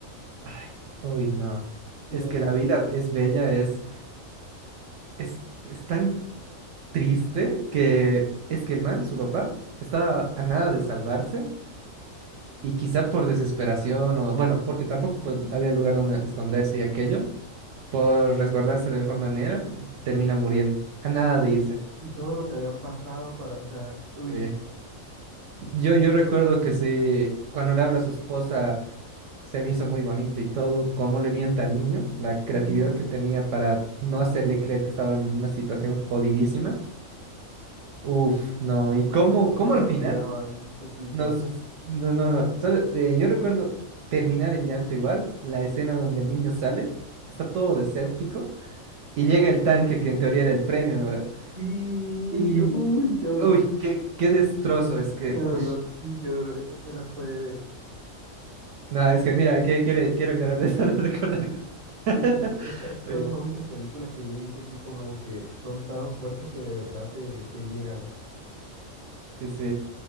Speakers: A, on the right; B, on the right.
A: Ay, uy, no.
B: ¿Sí
A: Es
B: la viste?
A: que la vida es bella, es, es, es tan triste que es que el man, su papá, estaba a nada de salvarse y quizá por desesperación o, bueno, porque tampoco pues, había lugar donde esconderse y aquello, por resguardarse de mejor manera, termina muriendo, a nada de irse.
B: Y todo lo que habían pasado para, o sea, uy,
A: Sí.
B: no.
A: Yo, yo recuerdo que se, cuando le habla a su esposa, se me hizo muy bonito y todo, cómo le mienta al niño, la
B: Sí,
A: creatividad que tenía para no hacerle creer que estaban en una situación jodidísima. Uf, no,
B: Y cómo,
A: y cómo,
B: y cómo todos
A: cómo al
B: lo apoyaban
A: final,
B: un poquito.
A: nos, no, no, no, ¿sabes? Eh, yo recuerdo terminar en llanto igual, la escena donde el niño sale, está todo desértico, y llega el tanque que en teoría era el premio, ¿no? ve
B: Sí,
A: Y,
B: uy, qué dolor,
A: uy, qué, qué destrozo, es que,
B: qué dolor,
A: uff.
B: sí, qué dolor. Esta escena fue
A: No, es que mira, que quiere, quiero llorar de solo <laughs> recordar que... <laughs>
B: Sí, de hecho, esa- esas
A: Uy,
B: son las únicas películas que yo he dicho así como que son tan fuertes que de verdad te, te llegan.
A: Sí, sí.